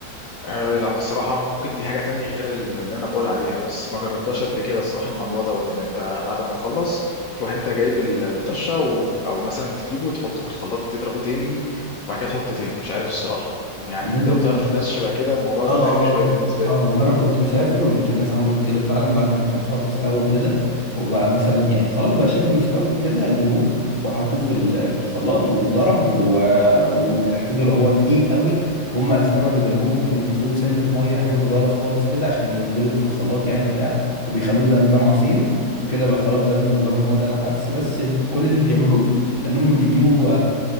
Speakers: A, on the left (about 60°); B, on the left (about 35°).
A: أه لا الصراحة ممكن دي حاجة تانية غير ال- اللي أنا بقول عليها بس ما جربتهاش قبل كده الصراحة الموضوع دوت إن أنت بعد ما تخلص تروح أنت جايب ال- الطشة و... أو مثلا تجيبه وتحطه في الخلاط تضربه تاني وبعد كده تحط تاني مش عارف الصراحة يعني
B: الناس
A: أنت لو تعرف ناس شبه كده الموضوع يبقى
B: اه اه
A: غريب شوية بالنسبة
B: اه
A: لي
B: اه مرة كنت مسافر ولقيت الناس عملت كده فعلا بعد ما كان خلاص استوى كده وبقى مثلا يعني خلاص بقى شبه مستوي كده جابوه وحطوه في ال- في الخلاط واتضرب و- وبيتأكدوا لو هو تقيل قوي وهم اثناء ما بيضربوه ممكن يضيفوا له سنة مية حاجة صغيرة خالص كده عشان يتضرب في الخلاط يعني وبتاع وبيخلوه زي نظام عصير وكده بقى خلاص ده بالنسبة لهم هو ده العدس بس ال- كل اللي بيعملوه ان هم بيجيبوا